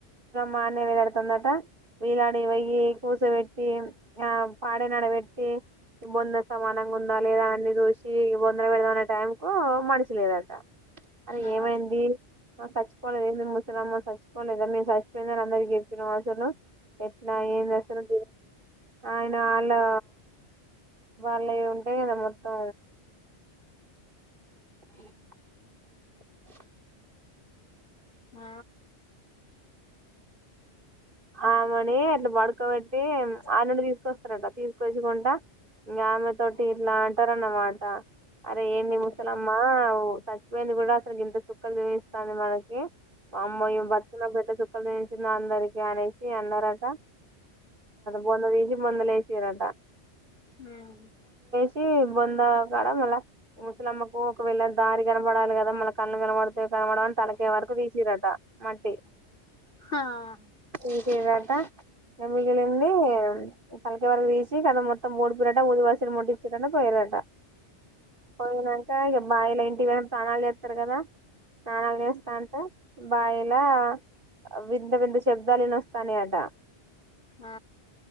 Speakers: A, on the right; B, on the left.
A: మానే వేలాడుతుందట వేలాడి పోయి కూసుబేట్టి ఆ పాడేనాడ పెట్టి బొంద సమానంగా ఉందా లేదా అన్ని చూసి బొందలు పెడదామనే టైం కు మడిచలేదట అరే
B: ఆ
A: ఏమైంది చచ్చిపోవలేదు ఏ అమ్మ చచ్చిపోలేదా మీరు చచ్చిపోయినని అందరికీ చెప్పిన అసలు ఎట్లా
B: ఆ
A: ఏంది అసలు ఆయన అలా వాళ్ళు ఏ ఉంటాయి కదా మొత్తం అ
B: ఆ
A: ఆమెని అట్లా బడుకోబెట్టి ఆడ నుండితీసుకొస్తారట తీసుకొచ్చకుంట ఇంకా ఆమె తోటి ఇట్లా అంటారన్నమాట అరే ఏంటి
B: ఆ
A: ముసలమ్మ చచ్చిపోయింది కూడా అసలు ఇంత చుక్కాలు చూపిస్తాంది మనకి అమ్మో ఈమె బతుకులో పెద్ద చుక్కలు చూపించింది అందరికి నేసి అన్నారట బొంద తీస బొందలో వేసిర్రట
B: ఉమ్
A: వచ్చి బొందగాడ మళ్ళ ముసలమ్మకు ఒకవేళ దారి కనపడాలి కదా మళ్ళ కన్ను కనపడితే <unintelligible> తలకాయ్ వరకు తీసిర్రట మట్టి
B: ఆ ఆ
A: వినిపిదట ఇగ మిగిలింది పలకే వరకు తీసి కద మొత్తం ఓడిపోరాట ఊది వాసలు ముట్టించిరు అంట పోయరాట పోయినాక ఇక బావిలో ఇంటికి పోయినాక స్నానాలు చేస్తారు కదా స్నానాలు చేస్తా అంటే బాయి లా వింత వింత శబ్దాలు వినిపిస్తున్నాయట
B: ఆ